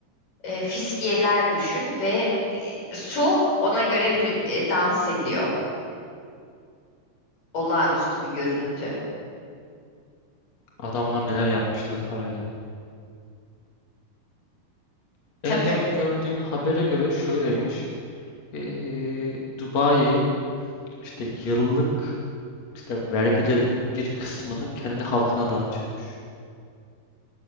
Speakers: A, on the left; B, on the left.
A: e, fiskiyeler düşün ve e, su ona göre mü- e, dans ediyor. Olağanüstü bir görüntü.
B: Adamlar neler yapmışlar parayla.
A: Tabii
B: En son gördüğüm habere göre şöyleymiş. Ee, Dubai işte yıllık işte vergilerin bir kısmını kendi halkına dağıtıyormuş.